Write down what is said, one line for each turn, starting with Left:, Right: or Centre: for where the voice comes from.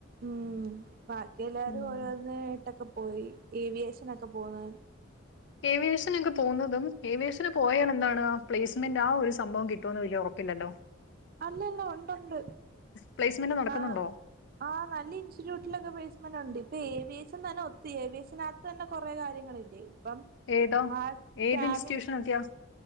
Right: ഉം ബാക്കി എല്ലാരും
Left: ഉം
Right: ഓരോന്നേട്ടക്കെ പോയി ഏവിയേഷനൊക്കെ പോണ്
Left: ഏ വി ഏഷനൊക്കെ പോന്നതും ഏ വി ഏഷന് പോയാൽ എന്താണ് പ്ലേസ്മെന്റ് ആ ഒരു സംഭവം കിട്ടോന്ന് വല്യ ഒറപ്പില്ലല്ലോ
Right: അല്ലല്ല ഒണ്ട് ഒണ്ട്
Left: പ്ലേസ്മെന്റ് നടക്കുന്നുണ്ടോ
Right: ആ ആ നല്ല ഇൻസ്റ്റിറ്റ്യൂട്ടിലൊക്കെ പ്ലേസ്മെന്റ് ഒണ്ട് ഇപ്പൊ ഏവിയേഷൻ തന്നെ ഒത്തി ഏവിയേഷനാത്ത് തന്നെ കൊറേ കാര്യങ്ങളില്ലേ ഇപ്പം
Left: ഏതോ
Right: ആ
Left: ഏത്
Right: ക്യാബിൻ
Left: ഇൻസ്റ്റിറ്റ്യൂഷനതിയ